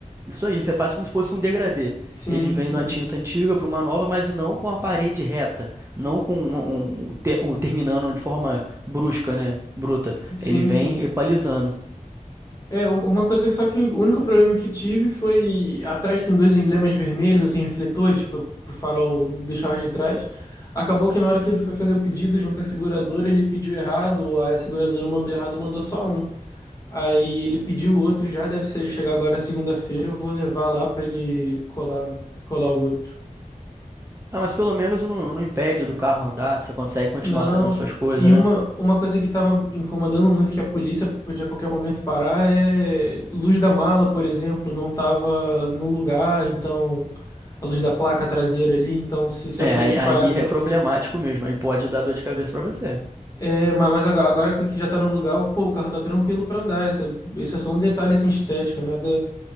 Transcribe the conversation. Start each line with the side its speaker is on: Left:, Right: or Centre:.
Right: Isso aí, você faz como se fosse um degradê.
Left: Sim,
Right: Ele vem
Left: sim.
Right: de uma tinta antiga para uma nova, mas não com a parede reta, não com um, um- um te- um terminando de forma brusca, né? Bruta.
Left: Sim,
Right: Ele vem
Left: sim.
Right: equalizando.
Left: É, um- uma coisa que só que o único problema que tive foi. Atrás tem dois emblemas vermelhos, assim, refletores, pro, pro farol dos carros de trás. Acabou que na hora que ele foi fazer o pedido junto à seguradora, ele pediu errado, ou a seguradora mandou errado, mandou só um. Aí ele pediu o outro, e já deve ser, chegar agora segunda-feira, eu vou levar lá pra ele colar, colar o outro.
Right: Ah, mas pelo menos não, não impede do carro andar, você consegue continuar
Left: Não.
Right: fazendo suas coisas,
Left: E uma,
Right: né?
Left: uma coisa que tava incomodando muito que a polícia podia a qualquer momento parar é luz da mala, por exemplo, não tava no lugar, então a luz da placa traseira ali, então se, se
Right: É,
Left: a polícia
Right: aí, aí
Left: parasse realmente
Right: é problemático mesmo, aí pode dar dor de cabeça pra você.
Left: é, ma- mas agora, agora que já tá no lugar, pô, o carro tá tranquilo pra andar. Essa, esse é só um detalhe assim estético, nada